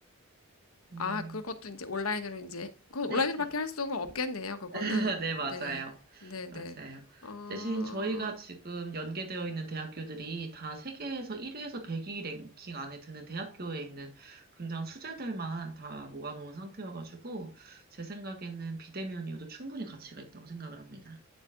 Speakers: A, on the right; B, on the left.
A: 음,
B: 아, 그것도 이제 온라인으로 이제, 그건
A: 네,
B: 온라인으로밖에
A: 네.
B: 할 수가 없겠네요. 그거는.
A: <laughs> 네, 맞아요.
B: 네. 네네.
A: 맞아요.
B: 어,
A: 대신 저희가 지금 연계되어 있는 대학교들이 다 세계에서 1위에서 100위 랭킹 안에 드는 대학교에 있는 굉장한 수재들만 다 모아놓은 상태여가지고, 제 생각에는 비대면이어도 충분히 가치가 있다고 생각을 합니다.